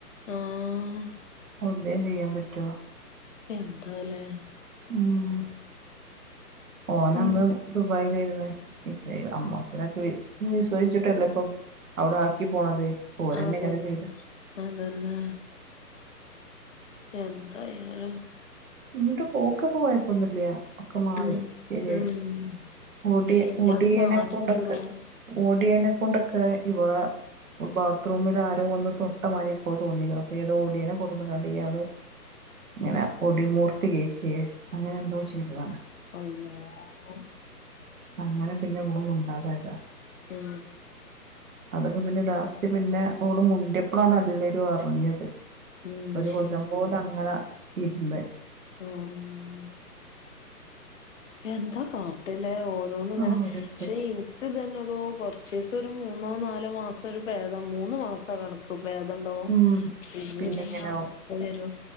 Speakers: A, on the left; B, on the right.
A: ആഹ്.
B: എന്തേം ചെയ്യൻ പറ്റോ?
A: എന്താലെ.
B: മ് ഓനന്ന്
A: ഉം
B: ദുബായിലായിര്ന്ന് പിന്നെ അമ്മോസനെക്കെ വിസൃസിച്ചിട്ടല്ലപോ. അവ്ടെ ആക്കി പോണത്.
A: ആതന്നെ
B: ചെയ്ത
A: അതന്നെ. എന്തായാലും.
B: ഇങ്ങട്ട് പോക്കപ്പോ കെയപ്പന്നുല്ലൃ. ഒക്കെ മാറി
A: ഉം
B: ശരിയായി
A: ഉം
B: മുടി
A: പക്ഷെ ഇന്റത്
B: മുടിയനെ
A: മാറുന്നില്ലടോ
B: കൊണ്ടൊക്കെ. മുടിയനെ കൊണ്ടൊക്കെ ഇവളെ ബാത്റൂമിൽ ആരോ ഒന്ന് തൊട്ടമാതിരിപ്പോ തോന്നി അപ്പോ ഏതോ ഓടിയനെ കൊണ്ടന്ന്കാണ്ട് ഇയാള് ങ്ങനെ ഒടിമൂർത്തി കേറ്റേ അങ്ങനെ ന്തോ ചെയ്തതാണ്.
A: അള്ളാഹ്‌.
B: അങ്ങനെ പിന്നെ ഓള് മുണ്ടാതയത.
A: മ്
B: അതൊക്കെ പിന്നെ ലാസ്റ്റ് പിന്നെ ഓള് മുണ്ടിപ്പൊളാണ് എല്ലൊരു അറിഞ്ഞത്.
A: ഉം
B: ഒരു കൊല്ലം പോലങ്ങനെ ഇര്ന്ന്.
A: ആഹ്. എന്താ കാട്ടലെ ഓരോന്ന്ങ്ങനെ
B: ഓരോരുത്തര്
A: ഷെ യി ഇത് തന്നെടോ കൊറച്ചിസം ഒരു മൂന്നോ, നാലോ, മാസരുപേദം മൂന്ന് മാസ കണ ഭേദണ്ടാവും
B: ഉം
A: പിന്നീതന്നെ
B: പിന്നെ ഇങ്ങനാവും
A: അവസ്ഥ വെരും